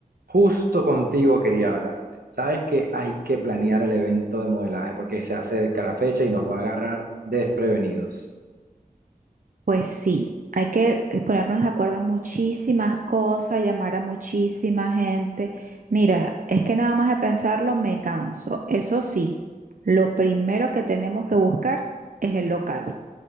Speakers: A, on the right; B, on the right.
A: Justo contigo quería hablar. Sabes que hay que planear el evento de modelaje porque se acerca la fecha y nos va a agarrar desprevenidos.
B: Pues sí, hay que ponernos de acuerdo en muchísimas cosas, llamar a muchísima gente. Mira, es que nada más de pensarlo me canso. Eso sí, lo primero que tenemos que buscar es el local.